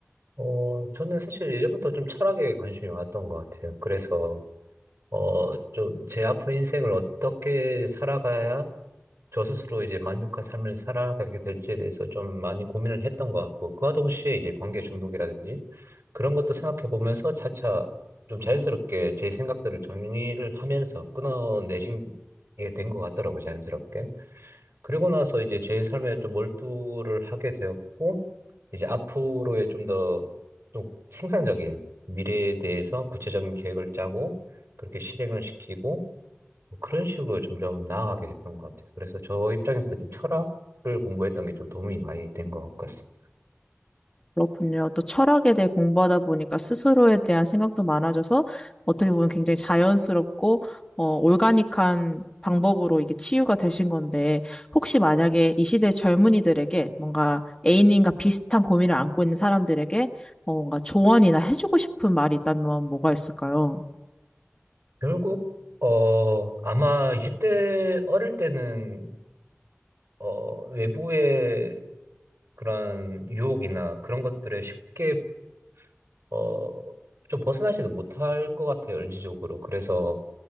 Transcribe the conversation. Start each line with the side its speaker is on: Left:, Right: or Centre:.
Right: 어, 저는 사실 예전부터 좀 철학에 관심이 많았던 것 같아요. 그래서, 어, 좀 제 앞으로 인생을 어떻게 살아가야 저 스스로 이제 만족한 삶을 살아가게 될지에 대해서 좀 많이 고민을 했던 것 같고, 그와 동시에 이제 관계 중독이라든지 그런 것도 생각해 보면서 차차 좀 자연스럽게 제 생각들을 정리를 하면서 끊어내신 게 된 것 같더라고요, 자연스럽게. 그리고 나서 이제 제 삶에 좀 몰두를 하게 되었고, 이제 앞으로의 좀 더 좀 생산적인 미래에 대해서 구체적인 계획을 짜고, 그렇게 실행을 시키고, 뭐 그런 식으로 점점 나아가게 됐던 것 같아요. 그래서 저 입장에서 좀 철학을 공부했던 게 좀 도움이 많이 된 것 같습니다.
Left: 그렇군요. 또 철학에 대해 공부하다 보니까 스스로에 대한 생각도 많아져서 어떻게 보면 굉장히 자연스럽고 어, 올가닉한 방법으로 이게 치유가 되신 건데 혹시 만약에 이 시대 젊은이들에게 뭔가 A님과 비슷한 고민을 안고 있는 사람들에게 어, 뭔가 조언이나 해주고 싶은 말이 있다면 뭐가 있을까요?
Right: 결국, 어, 아마 이0대 어릴 때는, 어, 외부의 그런 유혹이나 그런 것들에 쉽게, 어, 좀 벗어나지는 못할 것 같아요, 의지적으로. 그래서,